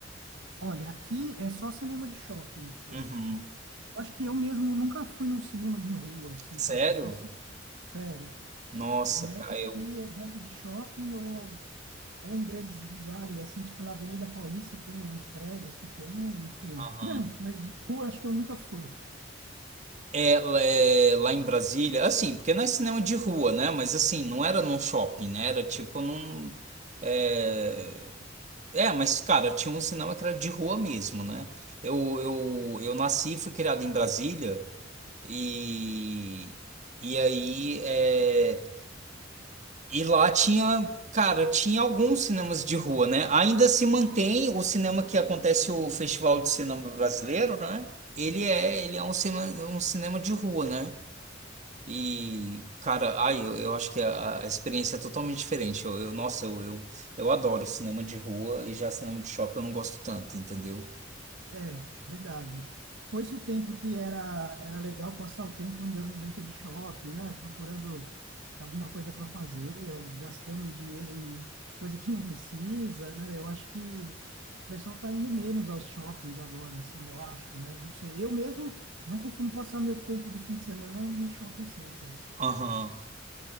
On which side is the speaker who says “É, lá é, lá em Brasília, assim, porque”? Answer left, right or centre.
Right